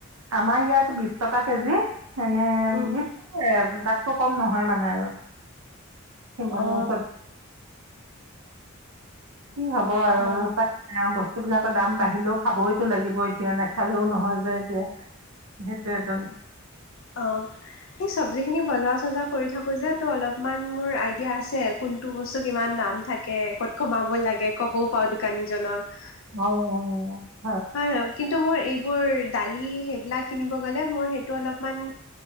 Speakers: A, on the right (about 85°); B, on the left (about 65°).
A: আমাৰ ইয়াত বিশ টকা কেজি এনে-
B: উমঁ!
A: এই তাতকো কম নহয় মানে আৰু সিমানেও
B: অ
A: কি হ'ব আৰু
B: অ
A: আহ বস্তুবিলাকৰ দাম বাঢ়িলেও খাবইতো লাগিব এতিয়া নাখালেও নহয় যে এতিয়া সেইটোৱে ত
B: অঁ সেই চব্জিখিনি বজাৰ চজাৰ কৰি থাকোঁ যে তো অলপমান মোৰ আইডিয়া আছে কোন কোনটো বস্তু কিমান দাম থাকে ক'ত কমাব লাগে ক'বও পাওঁ দোকানীজনক
A: অ অ অ
B: হয় হয় কিন্তু মোৰ এইবোৰ দালি সেইবিলাক কিনিব গলে মোৰ সেইটো অলপমান